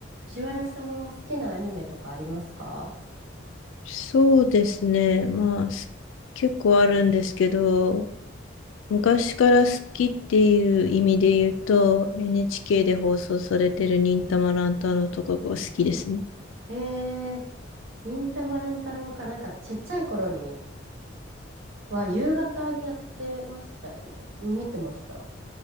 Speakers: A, on the right; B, on the left.
A: 藤原さんは好きなアニメとかありますか
B: そうですね。まあ、す結構あるんですけど、昔から好きっていう意味で言うと、NHK で放送されてる忍たま乱太郎とかが好きですね。
A: えー、忍たま乱太郎か、なんかちっちゃい頃には夕方にやってましたよね。に見てました。